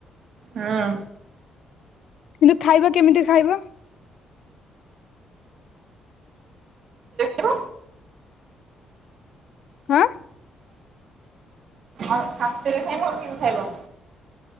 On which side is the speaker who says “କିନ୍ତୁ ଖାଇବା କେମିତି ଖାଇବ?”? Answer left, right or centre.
Left